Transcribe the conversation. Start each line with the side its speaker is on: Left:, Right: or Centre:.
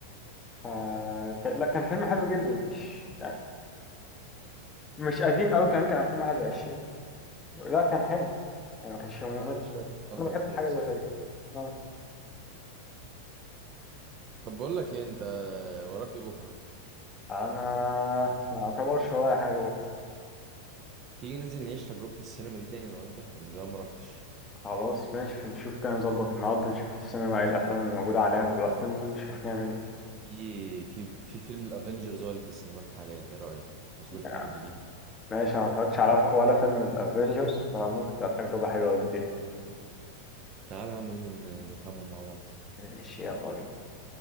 Left: آه ك... لا كان فيلم حلو جدا مش يعني مش قديم قوي كان كان 2021 لا كان حلو يعني ما كانش ممل
Right: لا ليه شوية أفلام
Left: انا
Right: جامدين
Left: بحب الحاجه
Right: بصراحة
Left: اللي زي كده اه
Right: طب بقول لك إيه أنت وراك إيه بكرة؟
Left: انا ما اعتبرش ورايا حاجه بكره
Right: تيجي ننزل نعيش تجربة السينما دي تاني انا وانت أنا من زمان ما رحتش
Left: خلاص ماشي نشوف كده نظبط النهارده نشوف في السينما ايه الافلام اللي موجوده عليها دلوقتي ممكن نشوف نعمل ايه
Right: في في في فيلم الافنجرز هو اللي في السينمات حاليا ايه رأيك نشوف الفيلم
Left: آه،
Right: الجديد ده؟
Left: ماشي انا ما اتفرجتش على ولا فيلم الافينجرز فممكن تبقى تجربه حلوه وجديده
Right: تعالى يا عم ننزل ن- نفهمه مع بعض
Left: ماشي يلا بينا